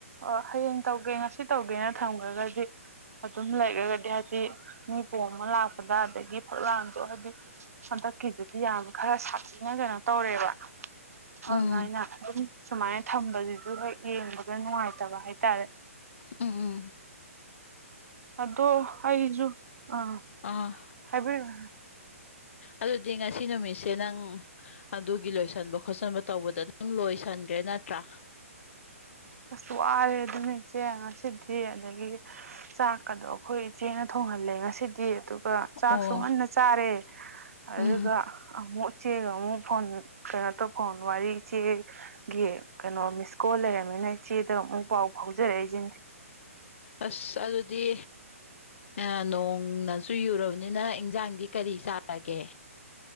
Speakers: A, on the right; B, on the left.
A: ꯑꯣ ꯍꯌꯦꯡ ꯇꯧꯒꯦ ꯉꯁꯤ ꯇꯧꯒꯦꯅ ꯊꯝꯒ꯭ꯔꯒꯗꯤ ꯑꯗꯨꯝ ꯂꯩꯒ꯭ꯔꯒꯗꯤ ꯍꯥꯏꯗꯤ ꯃꯤ ꯄꯣꯡꯕ ꯑꯃ ꯂꯥꯛꯄꯗ ꯑꯗꯒꯤ ꯐꯛꯂꯥꯡꯗꯣ ꯍꯥꯏꯗꯤ ꯍꯟꯗꯛꯀꯤꯖꯤꯗꯤ ꯌꯥꯝ ꯈꯔ ꯁꯥꯊꯤꯅ ꯀꯩꯅꯣ ꯇꯧꯔꯦꯕ ꯑꯗꯣꯉꯥꯏꯅ
B: ꯎꯝ
A: ꯑꯗꯨꯝ ꯁꯨꯃꯥꯏꯅ ꯊꯝꯕꯖꯤꯖꯨ ꯍꯣꯏ ꯌꯦꯡꯕꯗ ꯅꯨꯡꯉꯥꯏꯇꯕ ꯍꯥꯏꯇꯥꯔꯦ
B: ꯎꯝ ꯎꯝ
A: ꯑꯗꯣ ꯑꯩꯖꯨ ꯑꯥ
B: ꯑꯥ
A: ꯍꯥꯏꯕꯤꯔꯣ
B: ꯑꯗꯨꯗꯤ ꯉꯁꯤ ꯅꯨꯃꯤꯠꯁꯦ ꯅꯪ ꯑꯗꯨꯒꯤ ꯂꯣꯏꯁꯟꯕ ꯈꯣꯠꯆꯟꯕ ꯇꯧꯕꯗ ꯅꯪ ꯂꯣꯏꯁꯟꯒꯔꯦ ꯅꯠꯇ꯭ꯔꯥ
A: ꯑꯁ ꯋꯥꯔꯦ ꯑꯗꯨꯅ ꯏꯆꯦ ꯉꯁꯤꯗꯤ ꯑꯗꯒꯤ ꯆꯥꯛꯀꯗꯣ ꯑꯈꯣꯏ ꯏꯆꯦꯅ ꯊꯣꯡꯍꯜꯂꯦ ꯉꯁꯤꯗꯤ ꯑꯗꯨ ꯒ ꯆꯥꯛꯁꯨ
B: ꯑꯣ
A: ꯉꯟꯅ ꯆꯥꯔꯦ ꯑꯗꯨꯒ
B: ꯎꯝ
A: ꯑꯃꯨꯛ ꯏꯆꯦꯒ ꯑꯃꯨꯛ ꯐꯣꯟ ꯀꯩꯅꯣ ꯇꯧ ꯐꯣꯟ ꯋꯥꯔꯤ ꯏꯆꯦꯒꯤ ꯀꯩꯅꯣ ꯃꯤꯁꯀꯣꯜ ꯂꯩꯔꯝꯃꯩꯅ ꯏꯆꯦꯗ ꯑꯃꯨꯛ ꯄꯥꯎ ꯐꯥꯎꯖꯔꯛꯏꯖꯤꯅꯤ
B: ꯑꯁ ꯑꯗꯨꯗꯤ ꯑ ꯅꯣꯡꯅ ꯆꯨ ꯌꯨꯔꯕꯅꯤꯅ ꯏꯟꯖꯥꯡꯗꯤ ꯀꯔꯤ ꯆꯥꯔꯒꯦ